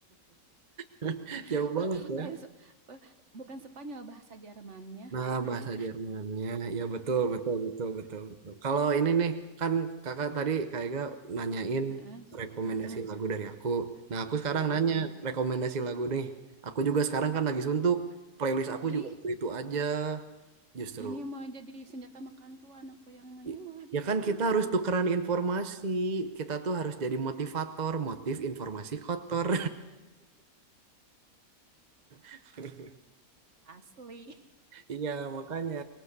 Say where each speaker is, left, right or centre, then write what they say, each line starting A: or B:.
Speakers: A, on the right (about 35°); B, on the right (about 50°).
A: <laughs>
B: <laughs>
A: Jauh banget ya.
B: lain se- eh, bukan Spanyol bahasa Jermannya
A: Nah,
B: gitu kan
A: bahasa
B: ya.
A: Jermannya, ya betul, betul, betul, betul, betul. Kalau ini nih, kan kakak tadi kayaknya nanyain
B: Heeh,
A: rekomendasi
B: heeh,
A: lagu dari aku. Nah, aku sekarang
B: heeh.
A: nanya rekomendasi lagu nih. Aku juga sekarang kan lagi suntuk, playlist aku
B: Di
A: juga itu-itu aja, justru.
B: ini mah jadi senjata makan tuan aku yang nanya
A: I-
B: malah ditanya.
A: Ya kan kita harus tukeran informasi, kita tuh harus jadi motivator, motif informasi kotor. <laughs>
B: Asli.
A: Iya, makanya.